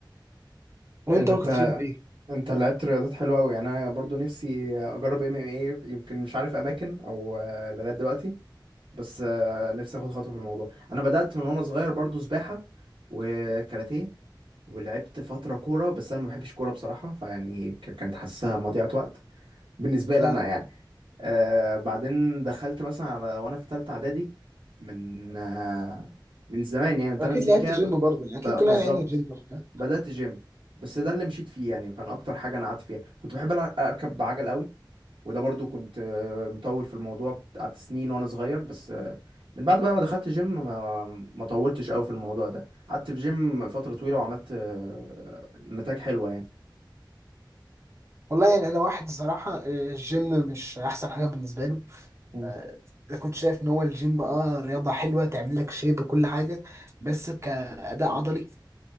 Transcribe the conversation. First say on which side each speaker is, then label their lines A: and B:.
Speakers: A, on the right (about 35°); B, on the right (about 85°).
A: وانت
B: انت انت
A: بقى كنت تلعب ايه؟
B: انت لعبت رياضات حلوه قوي يعني انا برضو نفسي اجرب ام ام ايه يمكن مش عارف اماكن او آه، لغايه دلوقتي بس آه، نفسي اخد خطوه في الموضوع انا بدات من وانا صغير برضو سباحه وكاراتيه ولعبت فتره كوره بس انا ما بحبش كوره بصراحه فيعني ك- كانت حاسسها مضيعه وقت بالنسبه لي
A: ها
B: انا يعني آه بعدين دخلت مثلا على وانا في تالتة اعدادي من آه من زمان يعني من 8
A: اكيد
B: سنين
A: لعبت
B: كده
A: جيم
B: ب-
A: برضه يعني اكيد
B: ب-
A: كلنا
B: بالظبط
A: لعبنا جيم وبتاع.
B: بدأت جيم بس ده اللي مشيت فيه يعني كان اكتر حاجة انا قعدت فيها كنت بحب ألع- اركب عجل قوي وده برضو كنت آه، مطول في الموضوع قعدت سنين وانا صغير بس آه، من بعد بقى ما دخلت جيم ما ما طولتش قوي في الموضوع ده قعدت في جيم فترة طويلة وعملت آه، نتائج حلوة يعني
A: والله يعني انا واحد الصراحه آه، الجيم مش احسن حاجه بالنسبه له
B: مم.
A: آه، انا كنت شايف ان هو الجيم اه رياضه حلوه تعمل لك شيب وكل حاجه بس كاداء عضلي